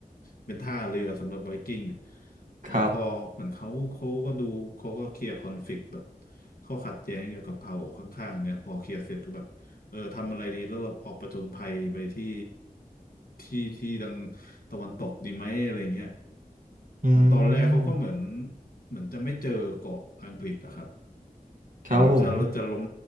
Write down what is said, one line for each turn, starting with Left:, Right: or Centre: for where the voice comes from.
Left: เป็นท่าเรือสำหรับไวกิ้งอะเออพอเหมือนเขาเขาก็ดูเขาก็เคลียร์คอนฟลิกต์แบบ
Right: ครับ
Left: เขาขัดแย้งเกี่ยวกับเผ่าข้างๆเนี่ยพอเคลียร์เสร็จก็แบบ เออทำอะไรดีแล้วเราออกประจนภัยไปที่ที่ที่ดังตะวันตกดีไหมอะไรเงี้ย
Right: อื
Left: เหมือนตอนแรกเขาก็เหมือน
Right: ม
Left: เหมือนจะไม่เจอเกาะอังกฤษอะครับ
Right: ครับผม
Left: เหมือนแบบจะจะล้ม